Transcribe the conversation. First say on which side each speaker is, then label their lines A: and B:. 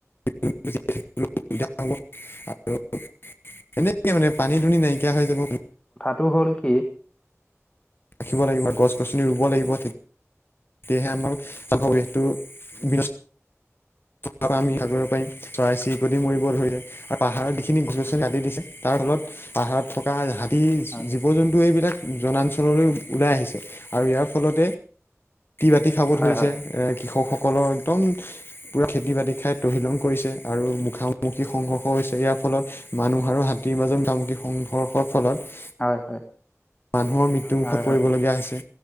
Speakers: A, on the left; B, on the left.
A: য আৰু <unintelligible> এনেকে মানে পানী দুনি নাইকিয়া হৈ যাব।
B: টো হ'ল কি?
A: ৰাখিব লাগিব। গছ গছনি ৰুব লাগিব। তে সেয়েহে আমাৰ চাফা পৰিবেশটো বিন অ <unintelligible> তাৰ আমি আগৰিব পাৰিম। চৰাই-চিৰিকটি মৰিব ধৰিলে আৰু পাহাৰত যিখিনি গছ গছনি কাটি দিছে, তাৰ ফলত পাহাৰত থকা জীৱ-জন্তু
B: হয়
A: এইবিলাক জনাঞ্চললৈ ওলাই আহিছে, আৰু ইয়াৰ ফলতে খেতি-বাতি খাব
B: হয়
A: ধৰিছে,
B: হয়
A: কৃষকসকলৰ একদম পুৰা খেতি-বাতি খাই তহিলং কৰিছে, আৰু মুখামুখি সংঘৰ্ষ হৈছে। ইয়াৰ ফলত মানুহ আৰু হাতীৰ কেইবাজন কামুকি সংঘৰ্ষৰ ফলত
B: হয়, হয়।
A: মানুহৰ মৃত্যু মুুখত
B: হয়
A: পৰিব
B: হয়
A: লগীয়া হৈছে।